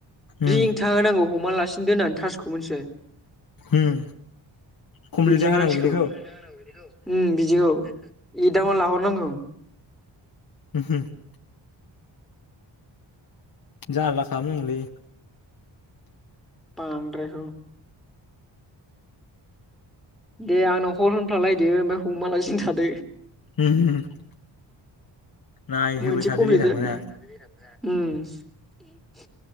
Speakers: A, on the left (about 45°); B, in the centre.
A: उम
B: रिं था होनांगौ हमना लासिनो दोननानै थासखौ मोनथिबाय।
A: उम कमप्लिट
B: बिदि
A: जाहोनांगौ
B: मानसिखौ।
A: बेनिखौ
B: उम बिदिखौ एदावना लाहरनांगौ।
A: <inaudible> जारला खालामनांगौलै।
B: बांद्रायखौ दे आंनाव हर होनफ्लालायदो ओमफ्राय हमालासिन थादो।
A: <inaudible> नायहोबाय
B: मोनसे
A: थादो
B: कमप्लिट
A: बेथामोनहा
B: जायाखैनो उम